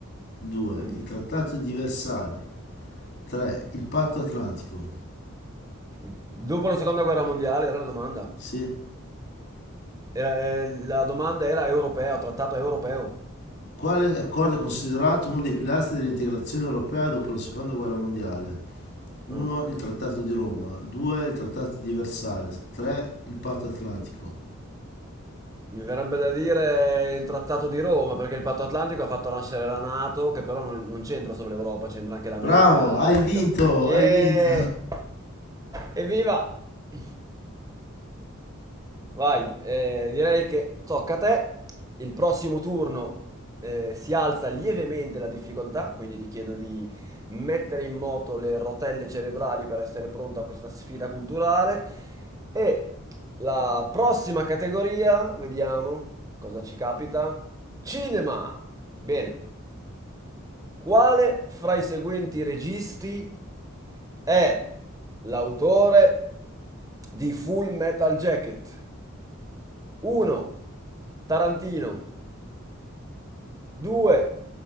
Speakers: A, on the left (about 55°); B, on the right (about 15°).
A: 2.
B: mm.
A: Il Trattato di Versailles. 3. Il Patto Atlantico.
B: Il- Dopo la seconda guerra mondiale era la domanda.
A: Sì.
B: Era- eh, la domanda era europeo, trattato europeo.
A: Quale accordo è considerato uno dei pilastri dell'integrazione europea dopo la Seconda Guerra Mondiale? 1.
B: Ah.
A: Il Trattato di Roma. 2. Il Trattato di Versailles. 3. Il Patto Atlantico.
B: Mi verrebbe da dire il Trattato di Roma, perché il Patto Atlantico ha fatto nascere la NATO, che però non, non c'entra solo l'Europa, c'entra anche l'America.
A: Bravo, hai vinto,
B: già- Yeah!
A: hai vinto.
B: Evviva! <laughs> Vai, eh, direi che tocca a te. Il prossimo turno eh, si alza lievemente la difficoltà, quindi ti chiedo di mettere in moto le rotelle cerebrali per essere pronto a questa sfida culturale. E la prossima categoria, vediamo cosa ci capita. Cinema. Bene, quale fra i seguenti registi è l'autore di Full Metal Jacket? 1. Tarantino. 2.